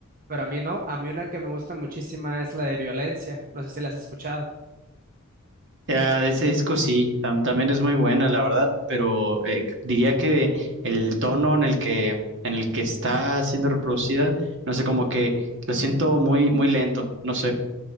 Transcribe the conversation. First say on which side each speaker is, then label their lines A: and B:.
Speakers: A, on the right (about 40°); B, on the right (about 60°).
A: pero a mí no. A mí una que me gusta muchísima es la de Violencia, no sé si la has escuchado.
B: Ya, de ese disco sí, tam- también es muy buena, la verdad, pero eh, c- diría que el tono en el que, en el que está siendo reproducida, no sé, como que lo siento muy, muy lento, no sé.